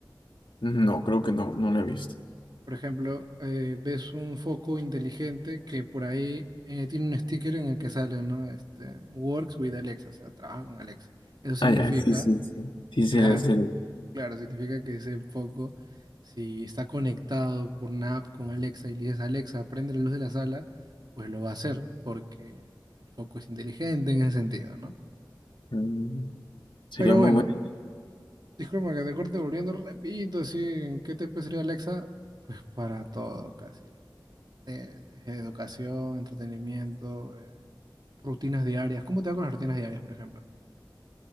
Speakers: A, on the left (about 90°); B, on the right (about 60°).
A: No, creo que no, no lo he visto.
B: Por ejemplo, eh, ves un foco inteligente que por ahí eh, tiene un sticker en el que sale, ¿no? Este, Works with Alexa, o sea, trabaja con Alexa. Eso significa,
A: Ah, ya, sí, sí, sí. Sí,
B: claro,
A: sería, sería,
B: Claro, significa que ese foco, si está conectado por una app con Alexa y le dices, Alexa, prende la luz de la sala, pues lo va a hacer porque el foco es inteligente en ese sentido, ¿no?
A: mm, sería
B: Pero
A: muy
B: bueno,
A: bueno.
B: disculpa que te corte volviendo repito, así, ¿en qué te puede servir Alexa? Pues para todo, casi, loco. O sea, eh, eh, educación, entretenimiento, eh, rutinas diarias. ¿Cómo te va con las rutinas diarias, por ejemplo?